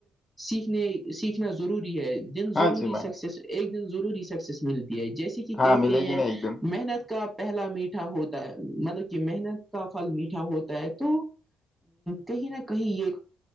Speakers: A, in the centre; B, on the left (about 30°).
A: سیکھنے سیکھنا ضروری ہے دن
B: ہاں
A: ضروری
B: جی بھائی
A: سکسیس ایک دن ضروری سکسیس ملتی ہے جیسے کہ
B: ہاں
A: کہتے
B: ملے
A: ہیں
B: گی نا ایک دن
A: محنت کا پہلا میٹھا ہوتا ہے مطلب کہ محنت کا پھل میٹھا ہوتا ہے تو کہیں نہ کہیں یہ